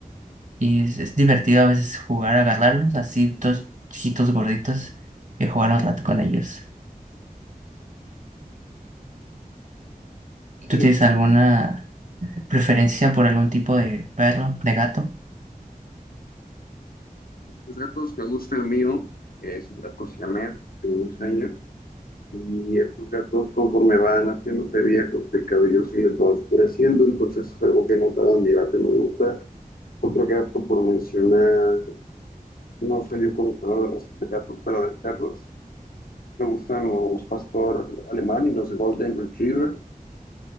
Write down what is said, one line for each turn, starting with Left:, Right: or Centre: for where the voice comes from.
Right: y es, es divertido a veces jugar a agarrarlos, así dos chiquitos gorditos y jugar un rato con ellos. ¿Tú
Left: Divertido.
Right: tienes alguna preferencia por algún tipo de perro, de gato?
Left: Los gatos que me gusta el mío es un gato siamés de unos años. Y estos gatos, conforme van haciéndose viejos, el cabello se les va oscureciendo, entonces es algo que notaba mi gato y me gusta. Otro gato, por mencionar, no soy yo conocedor de razas de gatos, pero de perros. Me gustan los pastor alemán y los golden retriever.